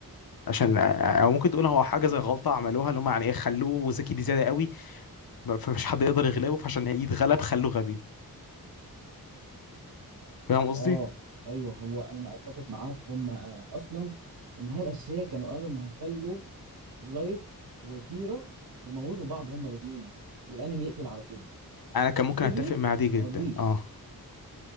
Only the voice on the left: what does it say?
عشان آه، آه، او ممكن تقول هو حاجه زي غلطه عملوها اللي هم يعني ايه خلوه ذكي بزياده قوي فمش حد يقدر يغلبه فعشان يتغلب خلوه غبي فاهم قصدي
انا كان
ممكن اتفق مع دي جدا
اه